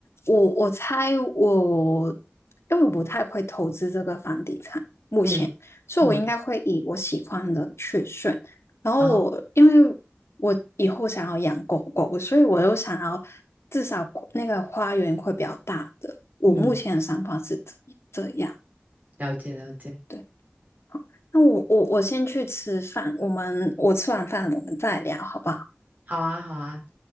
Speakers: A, on the left; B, on the right.
A: 我我猜我，因为我不太会投资这个房地产，目前，
B: 嗯
A: 所以我应该会以我喜欢的去选。
B: 嗯，
A: 然后我因为我以后想要养狗狗，
B: 哦，
A: 所以我又想要至少那个花园会比较大的。我目前的想法是这
B: 嗯，
A: 这样。
B: 了解了解，
A: 对。那我我我先去吃饭，我们我吃完饭我们再聊，好不好？
B: 好啊好啊，